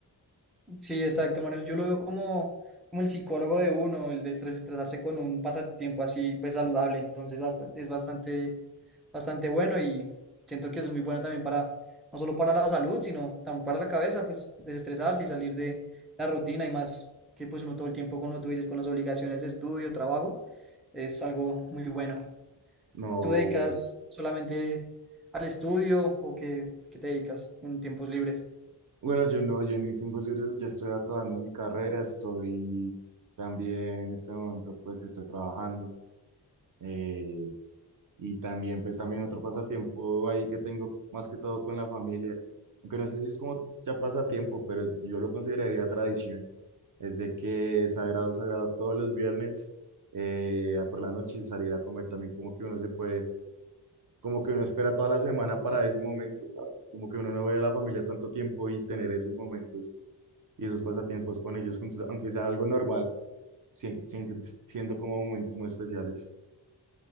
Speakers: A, in the centre; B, on the right.
A: Sí, exacto, Manuel. Yo lo veo como, como el psicólogo de uno, el de desestresarse con un pasatiempo así, pues saludable. Entonces, bastante, es bastante, bastante bueno y siento que es muy bueno también para, no solo para la salud, sino también para la cabeza, pues desestresarse y salir de la rutina y más que pues uno todo el tiempo, como tú dices, con las obligaciones de estudio, trabajo, es algo muy bueno.
B: No,
A: ¿Tú dedicas solamente al estudio o qué, qué te dedicas en tiempos libres?
B: bueno, yo no, yo en mis tiempos libres ya estoy acabando mi carrera, estoy también en este momento pues estoy trabajando eh, y también pues también otro pasatiempo ahí que tengo más que todo con la familia, aunque no sé si es como ya pasatiempo, pero yo lo consideraría tradición, es de que sagrado, sagrado todos los viernes eh, por la noche salir a comer también como que uno se puede como que uno espera toda la semana para ese momento, ¿sabes? Como que uno no ve a la familia tanto tiempo y tener esos momentos y esos pasatiempos con ellos juntos, aunque sea algo normal, sien- sien- siendo como momentos muy especiales.